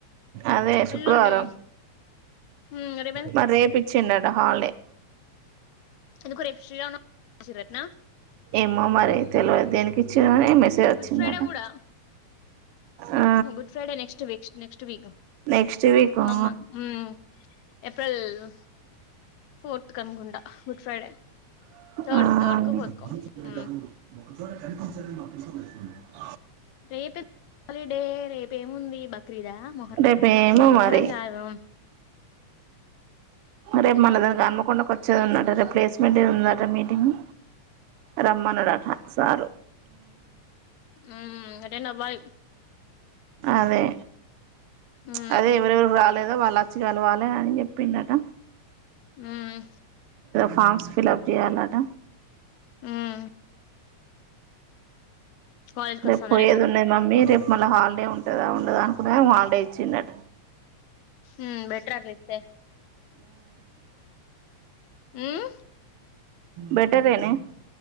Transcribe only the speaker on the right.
అదే శుక్రవారం
మరి రేపు ఇచ్చిండట హాలిడే
ఏమో మరి తెలవదు దేనికి ఇచ్చిరని మెసేజ్ వచ్చిందట
ఆ
next week ఆ
ఆ
రేపు ఏమో
మరి
రేపు మనదానికి క తకుండా కొ వచ్చేది ఉన్నట రే ప్లేస్మెంట్ ఏ ఉందారా మీటింగ్ రమ్మను డాఠ సారు
అదే
అదే ఎవరెవరు రాలా లేదా వాళ్ళుచ్చిగలవాలి అని చెప్పిండట
ఫార్మ్స్ ఫిల్ప్ చేయాలట
రేపు
పోయేది ఉన్నాయి మమ్మీ రేపు మళ్ళా హాలిడే ఉంటదా నుకునే వాడే ఇచ్చిందట
బెటర్ అనే